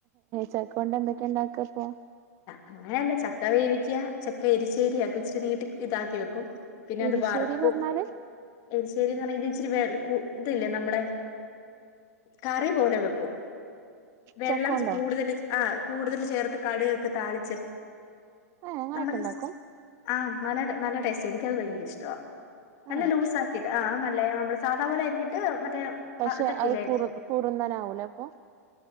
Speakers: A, on the right (about 35°); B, on the left (about 40°).
A: ചക്ക കൊണ്ട് എന്തൊക്കെയ ഉണ്ടാക്കപ്പോ
B: അങ്ങനല്ല ചക്ക വേവിക്കുക ചക്ക എരിശേരിയാക്കും ഇച്ചി നീട്ടി ഇതാക്കി വെക്കും പിന്നെ
A: എരിശ്ശേരി
B: അത് വറക്കും
A: പറഞ്ഞാല്
B: എരിശേരിന്ന് പറഞ്ഞ ഇത് ഇച്ചിരി വില ക്കും ഇതില്ലേ നമ്മളെ കറി പോലെ വെക്കും വെള്ളം
A: ചക്കോണ്ടോ
B: കൂടുതൽ ആഹ് കൂടുതൽ ചേർത്ത് കടുകൊക്കെ താളിച്ച്
A: ഏഹ് അങ്ങനെയൊക്കെ
B: നമ്മ
A: ഉണ്ടാക്കും
B: ആഹ് അതേതെ നല്ലടേസ്റ്റ് എനിക്കത് ഭയങ്കരം ഇഷ്ടവാ നല്ല
A: ആഹ്
B: ലൂസാ ആഹ് നല്ല നമ്മള് സാദാ പോലെ അരിഞ്ഞിട്ട് മറ്റേ
A: പഷേ
B: ഇതൊക്കെല്ലേ
A: അഹ് കുർ. കൂറുന്നാന ആവൂലേ അപ്പൊ